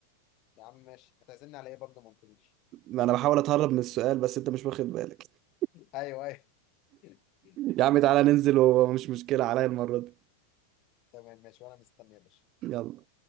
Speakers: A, on the left; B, on the right.
A: يا عم ماشي هتعزمني على ايه برضه ما قلتليش
B: انا بحاول اتهرب من السؤال بس انت مش واخد بالك <laughs>
A: ايوه ايوه <laughs>
B: يا عم تعالى ننزل ومش مشكله عليا المره دي
A: تمام ماشي وانا مستني يا باشا
B: يلا